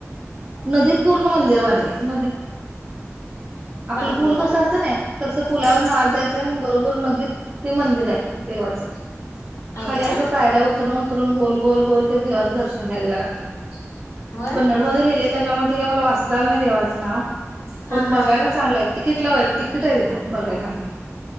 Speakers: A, on the right (about 20°); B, on the left (about 70°).
A: नदीत पूर्ण मंदिर बनले नदीत आपलं
B: बांधले
A: पूल कसं
B: का
A: असतं ना तसं पुलावर
B: हा
A: नज जायचं आणि बरोबर नदीत ते मंदिर आहे देवाचं
B: आहे
A: खाली
B: का
A: असं पायऱ्या उतरून उतरून गोल गोल गोल ते देवाचे दर्शन घ्यायला लागते
B: होय
A: कन्नडमध्येध्ये लिहिलेय त्याच्यामध्ये तिकय मला वाचताला नाही देवाचं नाव
B: हा
A: पण बघायला
B: हा
A: चांगलं आहे तिकीट लाव तिकीट आहे तथून बघायला नाही